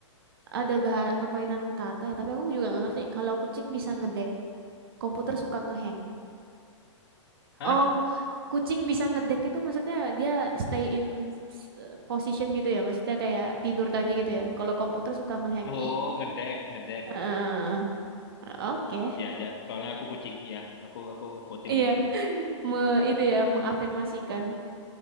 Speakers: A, on the right; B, on the left.
A: ada bah- permainan kata ya, tapi aku juga nggak ngerti kalau kucing bisa ngedek, komputer suka ngehang.
B: Hah?
A: Oh, ku- kucing bisa ngedek itu maksudnya dia stay in s- position gitu ya, maksudnya kayak tidur tadi gitu ya. Kalau komputer suka ngehang.
B: Oh
A: Ih.
B: ngedek, ngedek.
A: Eh, Oke.
B: Ya aja, soalnya aku kucing. Ya, aku aku voting
A: Iya,
B: buat itu.
A: <laughs> me itu ya mengafirmasikan.